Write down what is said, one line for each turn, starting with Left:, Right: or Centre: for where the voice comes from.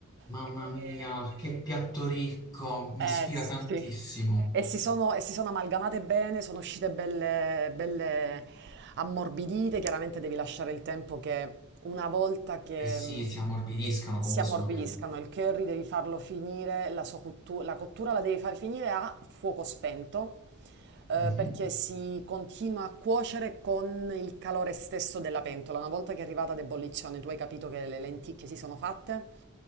Left: mamma
Right: E...
Left: mia, che piatto ricco, mi
Right: Eh
Left: ispira
Right: sì,
Left: tantissimo.
Right: e si sono, e si sono amalgamate bene, sono uscite belle, belle ammorbidite, chiaramente devi lasciare il tempo che una volta che
Left: Eh sì,
Right: mh,
Left: si ammorbidiscano, comunque
Right: si ammorbidiscano,
Left: sono verdure.
Right: il curry devi farlo finire, la sua cottu- la cottura la devi far finire a fuoco spento, eh,
Left: Mhm.
Right: perché si continua a cuocere con il calore stesso della pentola. Una volta che è arrivata ad ebollizione, tu hai capito che le lenticchie si sono fatte.